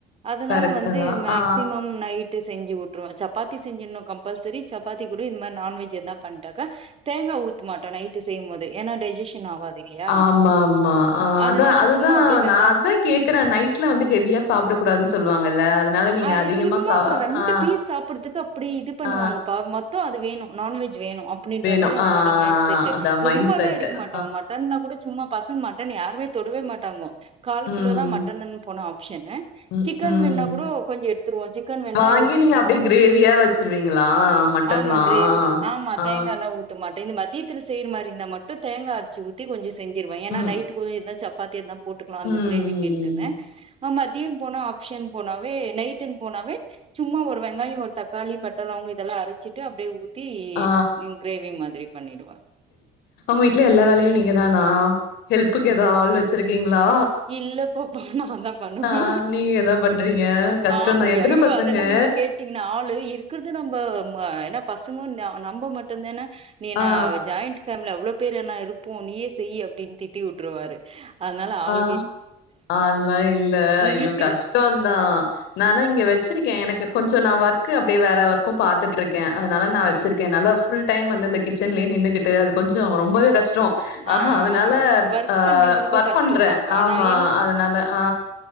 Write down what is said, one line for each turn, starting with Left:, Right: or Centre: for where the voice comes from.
Right: அதனால
Left: கரெக்ட்டு
Right: வந்து
Left: தான்.
Right: மேக்சிமம்
Left: ஆ.
Right: நைட் செஞ்சு விட்டுருவே சப்பாத்தி செஞ்சிடுனு கம்பல்சரி சப்பாத்தி கூட இந்த மாரி நான்வெஜ் எதுனா பண்ணிட்டாக்கா தேங்கா ஊத்தமாட்ட நைட்டு செய்யும் போது ஏன்னா டைஜேஷன் ஆவாது இல்லையா
Left: ஆமா ஆமா ஆ
Right: அதனால
Left: அதான அதுதா
Right: சும்மா அப்டியே வெங்காய
Left: நா அதுதா கேக்கறே நைட்ல வந்து ஹெவியா சாப்புட கூடாதுன்னு சொல்லுவாங்கல்ல அதனால நீங்க
Right: ஆ
Left: அதிகமா
Right: சும்மாப்பா
Left: சா
Right: ரெண்டு
Left: ஆ.
Right: பீஸ் சாப்புடுறதுக்கு அப்படி இது பண்ணுவாங்கப்பா
Left: ஆ.
Right: மொ மொத்தோ அது வேணு நான்வெஜ் வேணு அப்டின்ற
Left: வேணும்.
Right: மாரி அவங்களோட
Left: ஆ
Right: மைண்ட் செட்
Left: அதான்
Right: ரொம்பலா
Left: மைண்ட் செட்.
Right: எடுக்க
Left: ஆ.
Right: மாட்டோம் மட் மட்டன்னா கூட சும்மா பசங்க மட்டன் யாருமே தொடவே மாட்டாங்கோ கால்
Left: ம்.
Right: கிலோ தா மட்டன்ன்னு போன ஆப்ஷன்னு
Left: ம்.
Right: சிக்கன்
Left: ம்.
Right: வேணுன்னா கூடோ கொஞ்சோ எடுத்துருவோ சிக்கன் வேணா
Left: வாங்கி
Right: இந்த சிக்டிபைவ்
Left: நீங்க அப்டியே கிரேவியா வச்சிருவீங்களா மட்டன்லா
Right: ஆமா கிரேவி ஆமா
Left: ஆ
Right: தேங்க தேங்கால்லா ஊத்த மாட்டே இந்த மத்தியத்தில செய்ற மாரி இருந்தா மட்டு தேங்கா அரச்சி ஊத் தி கொஞ்சோ செஞ்சிடுவே ஏன்னா
Left: ம்
Right: நைட்டு்கு இருந்தா சப்பாத்தி இருந்தா போட்டுக்கலா
Left: ம்
Right: அந்த
Left: ம்
Right: கிரேவி கின்ட்டுனு மதியம் போன ஆப்ஷன் போனாவே நைட்டுன்னு போனாவே சும்மா ஒரு வெங்காயோ ஒரு தக்காளி பட்டாளவங்க இதெல்லா அரைச்சிட்டு அப்டியே ஊத்தி
Left: ஆ
Right: கிரேவி மாரி பண்ணிடுவே
Left: அவங்க வீட்டு்ல எல்லா வேலையு நீங்க தானா ஹெல்ப்புக்கு ஏதா ஆள் வச்சிருக்கீங்களா
Right: இல்லப்பப்பா நா தா பண்ணுவே
Left: ஆ நீங்க எதா பண்றீங்க கஷ்டந்தா
Right: ஆ ஐயோ
Left: எத்தன பசங்க
Right: அதெல்லா நீங்க கேட் கேட்டீங்கனா ஆளு இருக்கறது நம்ம ம்ம ஏனா பசங்கு நம்ம மட்டும் தான நீ என்ன
Left: ஆ
Right: ஜாயிண்ட் ஃபேமிலி அவ்ளோ பேர் என்ன இருப்போ நீயே செய்யி அப்டின்னு திட்டி விட்டுருவாரு அதனால ஆளு
Left: அ ஆல் லா இல்ல அய்யோ
Right: உங்களுக்கு?
Left: கஷ் டோதா நானா இங்க வச்சிருக்கே எனக்கு கொஞ்சோ நா ஒர்க்கு அப்டியே வேற ஒர்க்கு பாத்துட்டு இருக்கே அதனால நா வச்சிருக்கே
Right: ம்.
Left: நால்லா ஃபுல் டைம் வந்து அந்த கிச்சன்லயே நின்னு கிட்டு அது கொஞ்சம் ரொம்பவே கஷ்டம்
Right: ஆ, ஆ,
Left: ஆஹா அதனால
Right: ஆ. வொர்க்
Left: ஆ
Right: பண்றவங்களுக்கு
Left: ஒர்க்
Right: கஷ்டம்
Left: பண்ற
Right: தான்ப்பா.
Left: ஆமா
Right: நான்
Left: அதனால ஆ